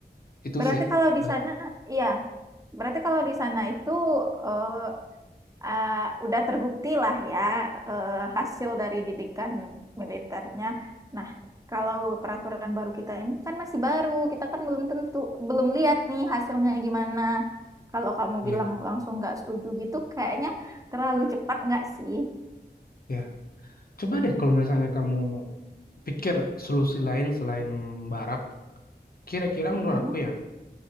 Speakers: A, on the left; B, on the right.
A: Itu
B: berarti
A: sih.
B: kalau di
A: Ba
B: sana, iya. Berarti kalau di sana itu eh, eh, udah terbukti lah ya eh, hasil dari didikan militernya. Nah, kalau peraturan baru kita ini kan masih baru, kita kan belum tentu belum lihat nih hasilnya gimana. Kalau kamu
A: iya,
B: bilang langsung nggak setuju gitu, kayaknya terlalu cepat nggak sih?
A: iya. Coba deh kalau misalnya kamu pikir solusi lain selain barak, kira-kira menurut
B: Mm-mm.
A: aku ya,